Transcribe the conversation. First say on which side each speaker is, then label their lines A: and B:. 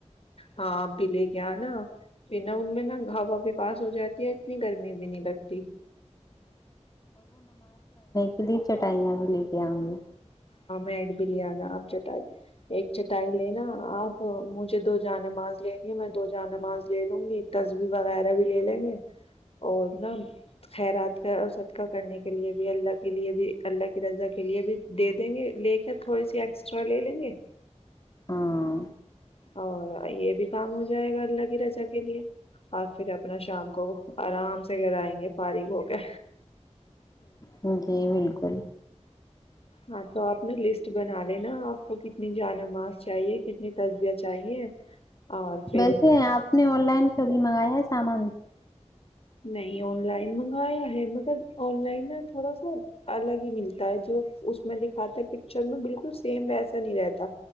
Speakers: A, on the left; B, on the left.
A: ہاں آپ بھی لے گیا نا پھر نا ان میں نا ہوا بھی پاس ہو جاتی ہے اتنی گرمی بھی نہیں لگتی
B: پلی چٹائیا بھی لے کے آؤں گے
A: ہاں میں ایڈ بھی لے آناا آپ چٹائی ایک چٹائی لینا آپ مجھے دو جانماز لینی ہے میں دو جان ماز لے لوں گی تصبیح وغیرہ بھی لے لیں گے اور نا خیرات کا اور صدقہ کرنے کے لے بھی اللہ کے لیے بھی اللہ کی رضا کے لیے بھی دے دیں گے لے کے تھوڑی سی ایکسٹرا لے لیں گے
B: ہاں
A: اور یہ بھی کام ہو جائے گا اللہ کی رضا کے لیے اور پھر اپنا شام کو آرام سے گرائیں گے فارغ ہو کے
B: ہ جی بالکل
A: ہاں تو آپ نے لسٹ بنا لینا آپ کو کتنی جانماز چاہیے کتنی تصبیہ چاہیے اور پھر
B: بیسے ہیں آپ نے آن لائن کبھی منگایا ہے سامان
A: نہیں آن لائن منگایا ہے مگر آن لائن ن تھوڑا سا الگ ہی ملتا ہے جو اس میں دکھاتا ہے پکچر میں بالکل سیم وسا نہیں رہتا